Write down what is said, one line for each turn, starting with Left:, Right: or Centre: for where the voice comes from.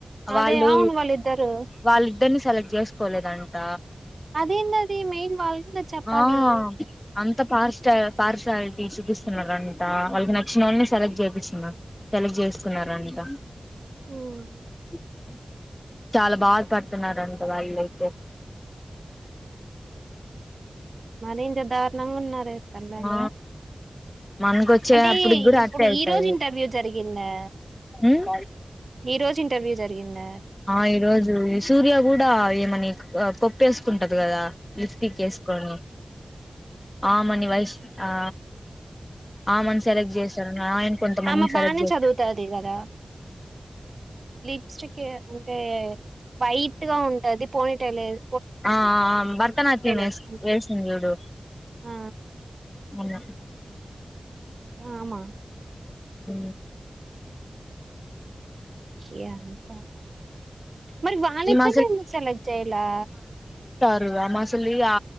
Right: అదే
Left: వాళ్ళు
Right: అవును వాళ్ళిద్దరు
Left: వాల్ ఇద్దరిని సెలెక్ట్ చేసుకోలేదంట
Right: అధిఎందిఅది మెన్ వాళ్ళకి కదా చెప్పాలి
Left: ఆ అంత పార్ పార్షాలిటీ చూపిస్తున్నారంట వాళ్ళకి నచ్చిన వాళ్ళని సెలెక్ట్ చేపిస్తున్నారు సెలెక్ట్ చేస్తున్నారంట
Right: హమ్
Left: అ చాలా బాధ పడుతున్నంట వాళ్ళ అయితే
Right: మరి ఇంత దారుణంగా ఉన్నారే తల్లే
Left: ఆ మనకొచ్చే
Right: అంటే
Left: అప్పుటికి కూడా
Right: ఇప్పుడు
Left: అట్టే అయితది
Right: ఈ రోజు ఇంటర్వ్యూ జరిగిందా
Left: ఉమ్
Right: ఈ రోజు ఇంటర్వ్యూ జరిగిందా
Left: ఆ ఈరోజు ఈ సూర్య కూడా ఏమని కొప్పేసుకుంటది కదా లిఫ్టీకి వేసుకొని ఆ మని వైష్ ఆ ఆ మని సెలెక్ట్ చేశారు ఆయన కొంత మందిని
Right: ఆమె
Left: సెలెక్ట్
Right: బానే
Left: చేస్తారు
Right: చదువుతది కదా లిప్స్టిక్ అంటే వైట్ ట్గా ఉంటుది పోనిట లేదు
Left: ఆ ఆ భరతనాట్యం వేష్
Right: వేసుకుంటే
Left: వేసింది చూడు
Right: ఆ
Left: మొన్న
Right: ఆమ
Left: అ
Right: ఇ ప మరి వాళ్ళిద్దర్నీ
Left: ఈమె
Right: ఎందు సెలెక్ట్ చేయలా
Left: రు అసలు ఆ